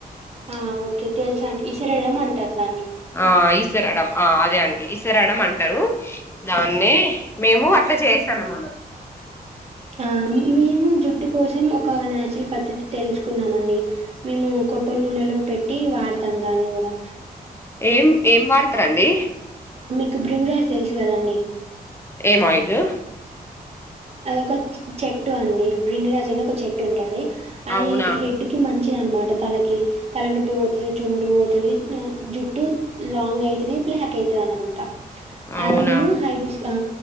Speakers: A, on the right (about 40°); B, on the left (about 15°).
A: ఆ ఓకే తెలుస అండి ఇసరెళ్ళ అంటారు దాన్ని
B: ఆ ఈసరాడం ఆ అదే అండి ఈసరాడం అంటారు దాన్నే మేము అట్లా చేసాను మన
A: ఆ మేము జుట్టు కోసం ఒక నాచురల్ పద్ధతి తెలుసుుకున్నామ అండి మేము కొబ్బరి నూనెలో పెట్టి వాడతాం దాన్ని కూడా
B: ఏం ఏం వాడతారంండి
A: ఇ బ్రింగ్ రాజ్ తెలుసు కదండి
B: ఏం ఆయిలు
A: అది ఒక చెట్టు అండి బ్రింగ్ రాజ్ అని ఒక చెట్టు ఉంటది అది
B: అవునా
A: హెడ్కి మంచి వచ్చదినమాట తలకి తలనొప్పికి పోతుంది జుండ్ర పోతుంది జుట్టు లాంగ్ అవుతుంది బ్లాక్ అవుతుంది అనమాట
B: అవునా
A: అదివును హైబిష్ ఆ